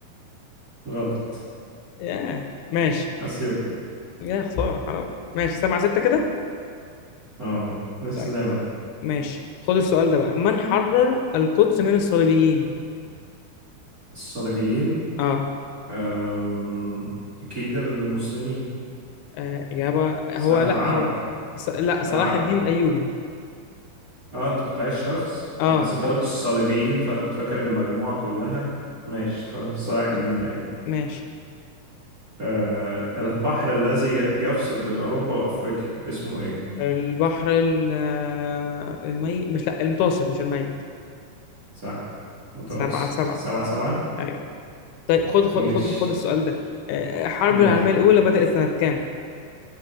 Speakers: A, on the right (about 30°); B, on the left (about 85°).
A: غلط
B: ياه ماشي
A: أثيوبيا
B: يا خسارة حرام ماشي سبعة ستة كده
A: اه لسه
B: طيب
A: زي ما
B: ماشي خد السؤال ده بقى من حرر القدس من الصليبيين
A: الصليبيين
B: اه,
A: آم، أكيد المسلمين
B: آه. إجابة هو
A: صح
B: لا
A: العرب
B: هو ص... لا صلاح
A: العرب
B: الدين الأيوبي
A: اه انت كنت عايز شخص
B: اه
A: انا اصل انت قلت الصليبيين فانا كنت فاكر المجموعة كلها ماشي خلاص صلاح الدين
B: لا،
A: الأيوبي
B: ماشي
A: آه، البحر الذي يفصل بين أوروبا وأفريقيا اسمه إيه؟
B: البحر ال... آه، المي مش لا المتوسط مش الميت
A: صح متوسط
B: سبعة سبعة
A: سبعة سبعة
B: أيوه طيب خد خد
A: ماشي
B: خد خد السؤال ده آه. الحرب
A: يلا
B: العالمية الأولى بدأت سنة كام؟